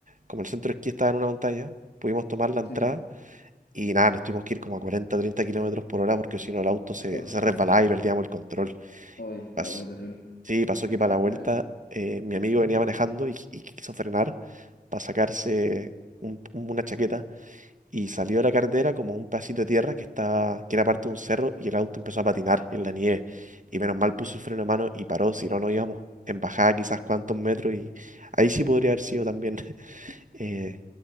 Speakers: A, on the right (about 50°); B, on the left (about 90°).
A: Como el centro de esquí estaba en una montaña, pudimos tomar la entrada
B: Sí, sí.
A: y nada, nos tuvimos que ir como a 40 30 kilómetros por hora porque si no el auto
B: <laughs>
A: se, se resbalaba y perdíamos el control.
B: Obvio,
A: Pas-
B: obvio, qué terrible.
A: Sí, pasó que para
B: O
A: la
B: sea,
A: vuelta
B: como-
A: eh, mi amigo
B: ¿Mm?
A: venía manejando y, y quiso frenar para sacarse un- un- una chaqueta y salió de la carretera como un pedacito de tierra que estaba, que era parte de un cerro y el auto empezó a patinar en la nieve y menos mal puso el freno a mano y paró, si no, no íbamos en bajada quizás cuántos metros y ahí sí podría haber sido también <laughs> eh,